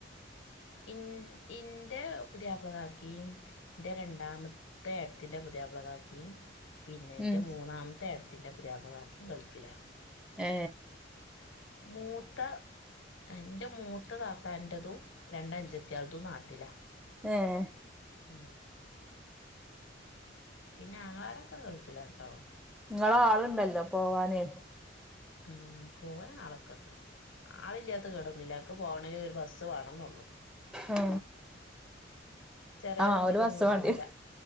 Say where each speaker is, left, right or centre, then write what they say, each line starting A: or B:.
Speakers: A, on the left; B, in the centre.
A: ഇൻ ഇന്റെ പുതിയാപ്ലകാക്കീം എന്റെ രണ്ടാമത്തെ ഏടത്തിന്റെ പുതിയാപ്ളകാക്കീം പിന്നെ എൻ്റെ
B: ഉം
A: മൂന്നാമത്തെ ഏട ത്തിന്റെ പുതിയാപ്ലകാക്കീം ഗൾഫിലാ.
B: ഏ
A: മൂത്ത അ ഇന്റെ മൂത്ത താത്താന്റതും രണ്ട് അഞ്ചത്തിയേൾതും നാട്ടിലാ
B: ഏഹ്
A: ഉം പിന്നെ ആങ്ങളാരൊക്കെ ഗൾഫിലാട്ടോ
B: ഇങ്ങള് ആള്ണ്ടല്ലോ പോവാന്
A: ആ പോവാൻ ആളൊക്കെണ്ട് ആളില്ലാത്ത കേടൊന്നില്ല <unintelligible> പോണേലും ഒരു ബസ് വേണന്നള്ളൂ
B: ആ
A: ചെറിയ
B: ആഹ്
A: വണ്ടിയിലൊന്നും
B: ഒരു മ്പസ്‌
A: ഒതുങ്ങൂല
B: വാണ്ടിയേരും